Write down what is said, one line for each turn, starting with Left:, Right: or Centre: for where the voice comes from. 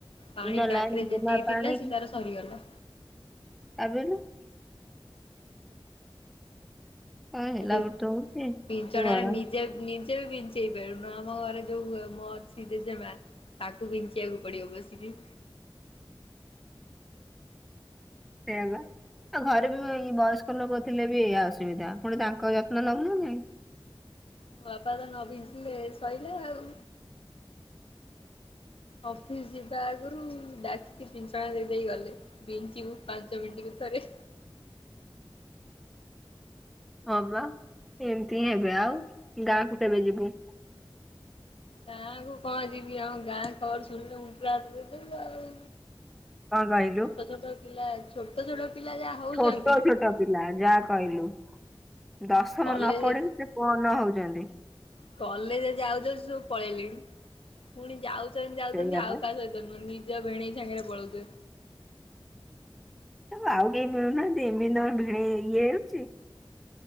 Left: ପାଣି
Centre: ଦିନ
Left: ଟାଙ୍କିରେ
Centre: ଲାଇନ
Left: ଯେତିକି
Centre: ଦିନ ପାଣି
Left: ଥିଲା ସେ ତାର ସରିଗଲା।
Centre: <unintelligible> କଣ ହେଲା
Left: ଆରେ
Centre: ଗୋଟେ ହଉଛି
Left: ବିଞ୍ଚଣା
Centre: ଏ ଗରମ
Left: ରେ ନି ଜେ ନିଜେ ବି ବିଞ୍ଚେଇ ପାରୁନୁ। ଆମ ଘରେ ଯୋଉ ମ ଅଛି ଜେଜେମା ତାଙ୍କୁ ବିଞ୍ଚିଆକୁ ପଡିବ ବସିକି।
Centre: ସେଇଆ ବା। ଆଉ ଘରେ ବି ଏଇ ବୟସ୍କ ଲୋକ ଥିଲେ ବି ଏଇଆ ଅସୁବିଧା, ଫୁଣି ତାଙ୍କ ଯତ୍ନ ନେବୁ ନା ନାହିଁ।
Left: ମୋ ବାପା ତ ନ ବିଞ୍ଚିଲେ ସଇଲା ଆଉ। ଅଫିସ ଯିବା ଆଗରୁ ଡାକିକି ବିଞ୍ଚଣା ଦେଇ ଦେଇ ଗଲେ। ବିଞ୍ଚିବୁ ପାଞ୍ଚ ମିନ୍ଟକୁ ଥରେ।
Centre: ହଁ ବା ଏମିତି ହିଁ ହେବେ। ଆଉ ଗାଁକୁ କେବେ ଯିବୁ?
Left: ଗାଁକୁ କଣ ଯିବି ଆଉ, ଗାଁ ଖବର ଶୁଣିଲେ ମୁଣ୍ଡରେ ହାତ ଦେଇଦବୁ ଆଉ।
Centre: କଣ କହିଲୁ
Left: ଛୋଟ ଛୋଟ ପିଲା ଛୋଟ ଛୋଟ ପିଲା ଯାହା ହଉଛନ୍ତି
Centre: ଛୋଟ ଛୋଟ ପିଲା ଯାହା କହିଲୁ। ଦଶମ
Left: କଲେଜ
Centre: ନ ପଢିକି, ସେ କଣ ନ ହଉଛନ୍ତି।
Left: କଲେଜ ଯାଉ ଯାଉ ସେ ସବୁ ପଳେଇଲେଣି ପୁଣି ଯାଉ ଯାଉଚନ୍ତି ଯାଉଚନ୍ତି
Centre: ସେଇଆ
Left: ଆଉ
Centre: ପା
Left: କା ସହିତ ନୁହଁ, ନିଜ ଭିଣେଇ ସାଙ୍ଗରେ ପଳଉଛନ୍ତି।
Centre: ତାଙ୍କୁ ଆଉ କେହି ମିଳୁନାହାନ୍ତି ଏମିତି ତାଙ୍କ ଭିଣେଇ ଇଏ ହେଉଛି।